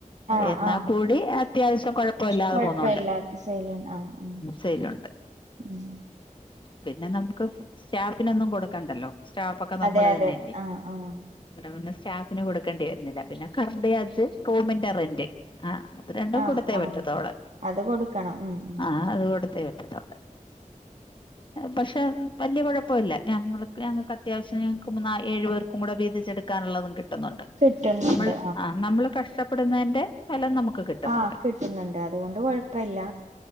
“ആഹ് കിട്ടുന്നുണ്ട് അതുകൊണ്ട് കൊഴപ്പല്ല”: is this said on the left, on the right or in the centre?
Right